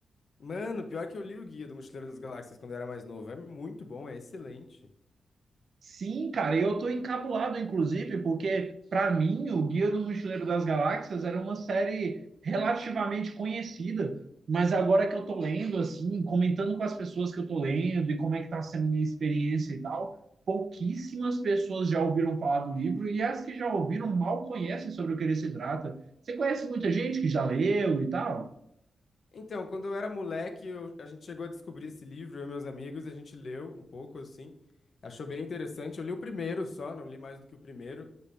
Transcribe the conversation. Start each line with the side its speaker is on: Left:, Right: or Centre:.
Left: Mano, pior que eu li o Guia do Mochileiro das Galáxias quando eu era mais novo. É muito bom, é excelente.
Right: Sim, cara, e eu tô encabulado, inclusive, porque para mim o Guia do Mochileiro das Galáxias era uma série relativamente conhecida, mas agora que eu tô lendo, assim, comentando com as pessoas que eu tô lendo e como é que tá sendo a minha experiência e tal, pouquíssimas pessoas já ouviram falar do livro e as que já ouviram mal conhecem sobre o que ele se trata. Você conhece muita gente que já leu e tal?
Left: Então, quando eu era moleque, eu- a gente chegou a descobrir esse livro, eu e meus amigos, a gente leu um pouco assim, achou bem interessante. Eu li o primeiro só, não li mais do que o primeiro,